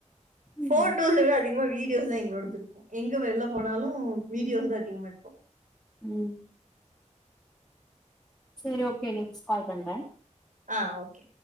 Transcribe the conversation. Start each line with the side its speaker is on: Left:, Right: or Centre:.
Right: போட்டோஸ்
Centre: ம்
Right: எல்லாம் அதிகமா வீடியோஸ் தான் எங்களோடதிருக்கும் எங்க வெல்ல போனாலும் வீடியோஸ் தான் அதிகமா எடுப்போம்
Centre: உம் சரி ஓகே நெக்ஸ் கால் பண்றேன்
Right: ஆஹ் ஓகே